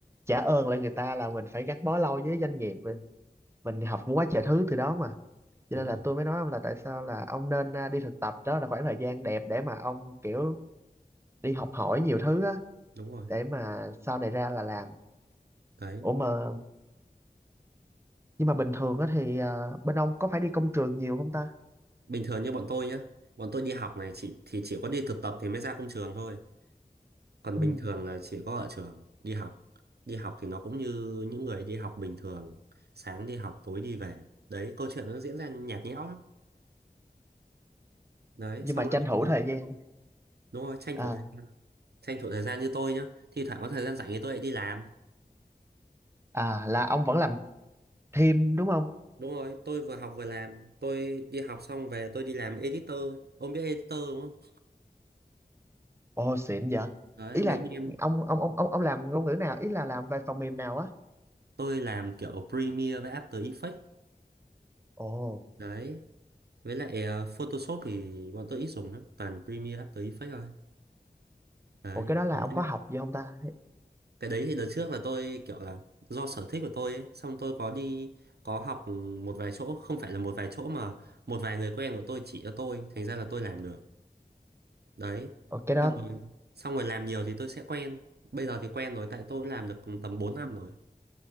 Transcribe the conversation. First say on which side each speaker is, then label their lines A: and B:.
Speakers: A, on the right; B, on the right.
A: trả ơn lại người ta là mình phải gắn bó lâu với doanh nghiệp mình học quá trời thứ từ đó mà cho
B: đúng
A: nên
B: rồi
A: là tôi mới nói ông là tại sao là ông nên à, đi thực tập đó là khoảng thời gian đẹp để mà ông kiểu đi học hỏi nhiều thứ á
B: đúng rồi
A: để mà sau này ra là làm
B: đấy
A: ủa mà nhưng mà bình thường á thì à, bên ông có phải đi công trường nhiều không ta
B: bình thường như bọn tôi nhá bọn tôi đi học này chỉ thì chỉ có đi thực tập thì mới ra công trường thôi còn
A: ừ.
B: bình thường là chỉ có ở trường đi học đi học thì nó cũng như những người đi học bình thường sáng đi học tối đi về đấy câu chuyện nó diễn ra nhạt nhẽo lắm đấy
A: nhưng
B: xong
A: mà tranh
B: rồi bình
A: thủ
B: thường-
A: thời gian
B: đúng rồi tranh
A: à
B: thủ thời gian tranh thủ thời gian như tôi nhá thi thoảng có thời gian rảnh thì tôi lại đi làm
A: à là ông vẫn làm thêm đúng không
B: đúng rồi tôi vừa học vừa làm tôi đi học xong về tôi đi làm editor ông biết editor đúng không
A: ồ xịn vậy
B: đấy
A: ý
B: mấy
A: là
B: anh em
A: ông ông ông ông ông làm ngôn ngữ nào ý là làm về phần mềm nào á
B: tôi làm kiểu Premiere với After Effects
A: ồ
B: đấy Với lại ờ, Photoshop thì bọn tôi ít dùng lắm, toàn Premiere After Effects thôi. Đấy.
A: ồ cái đó là
B: Còn
A: ông
B: Cái
A: có học gì không ta
B: cái đấy thì đợt trước là tôi kiểu là do sở thích của tôi ấy, xong tôi có đi có học một vài chỗ, không phải là một vài chỗ mà một vài người quen của tôi chỉ cho tôi, thành ra là tôi làm được. Đấy.
A: ồ cái đó
B: Xong rồi xong rồi làm nhiều thì tôi sẽ quen. Bây giờ thì quen rồi tại tôi làm được tầm 4 năm rồi.